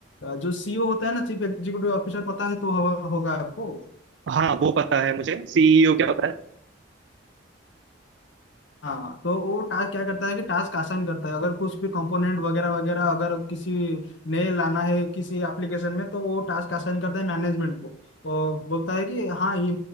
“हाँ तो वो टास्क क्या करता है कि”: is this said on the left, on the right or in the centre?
Left